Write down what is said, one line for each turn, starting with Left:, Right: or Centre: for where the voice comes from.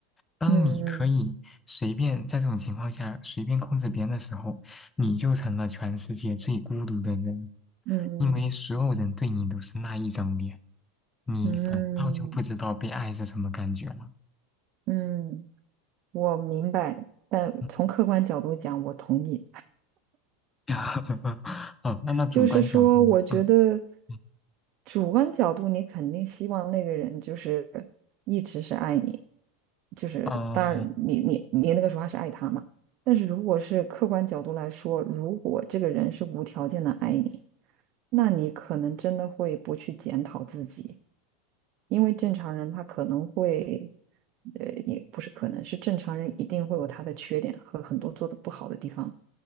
Left: 当你可以随便在这种情况下随便控制别人的时候，
Right: 嗯
Left: 你就成了全世界最孤独的人，
Right: 嗯
Left: 因为所有人对你都是那一张脸，你反倒就不知道被爱是什么感觉了。
Right: 嗯嗯嗯，我明白。但从客观角度讲，
Left: 嗯，
Right: 我同意。
Left: <laughs> 哦，那那主观角度呢？
Right: 就是说，我觉得
Left: 嗯嗯
Right: 主观角度，你肯定希望那个人就是一直是爱你，就是当然你你你那个时候还是爱他嘛。
Left: 嗯嗯，
Right: 但是如果是客观角度来说，如果这个人是无条件的爱你。那你可能真的会不去检讨自己，因为正常人他可能会，呃，也不是可能，是正常人一定会有他的缺点和很多做的不好的地方。